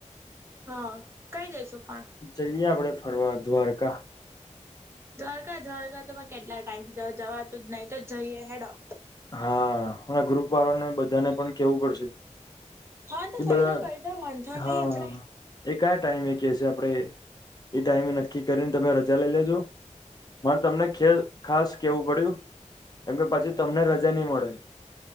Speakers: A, on the right; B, on the left.
A: હા કઈ દઈશું પણ
B: જઈએ આપડે ફરવા. દ્વારકા.
A: દ્વારકા દ્વારકા તોમે કેટલા ટાઈમથી જવાતું જ નહી તો જઈએ હેડો.
B: હા અને ગ્રુપ વાળાને બધાને પણ કેવું પડશે.
A: હા તો
B: એ
A: કહી
B: બધા
A: દો કહી દો વાંધો
B: હા
A: નહી આપડે
B: એ કયા ટાઈમે એ કે છે. આપડે એ ટાઈમે નક્કી કરીને તમે રજા લઈ લેજો. મારે તમને ખેલ ખાસ કેવું પડ્યું કેમ કે પછી તમને ર જા ની મડે.